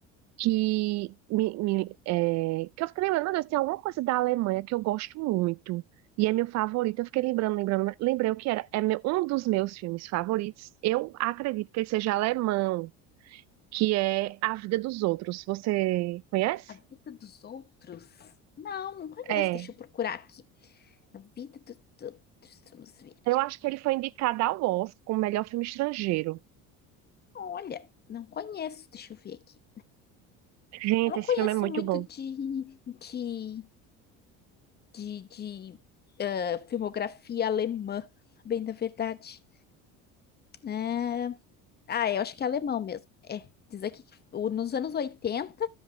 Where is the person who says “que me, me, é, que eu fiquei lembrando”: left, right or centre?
Right